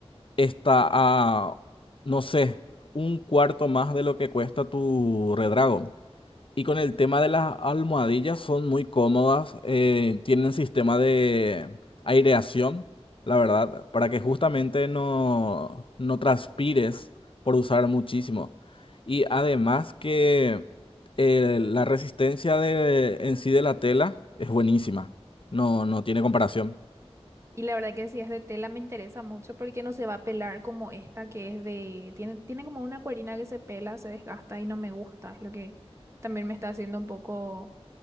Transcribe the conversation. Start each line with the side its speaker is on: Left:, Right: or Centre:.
Left: está a, no sé, un cuarto más de lo que cuesta tu Redragon. Y con el tema de las almohadillas, son muy cómodas, eh, tienen sistema de aireación, la verdad, para que justamente no, no transpires por usar muchísimo. Y además que eh, la resistencia de, en sí de la tela es buenísima, no, no tiene comparación.
Right: Y la verdad que si es de tela me interesa mucho porque no se va a pelar como esta que es de... Tiene, tiene como una cuerina que se pela, se desgasta y no me gusta. Es lo que también me está haciendo un poco...